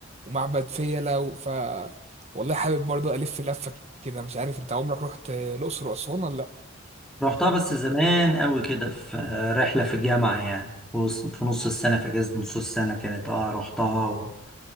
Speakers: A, on the right; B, in the centre.
A: ومعبد فيلة و... ف والله حابب برضو الف لفه كده مش عارف انت عمرك رحت آه، الاقصر واسوان ولا لا
B: رحتها بس زمان قوي كده في رحلة في الجامعة يعني في وسط- في نص السنة في أجازة نص السنة كانت اه رحتها و...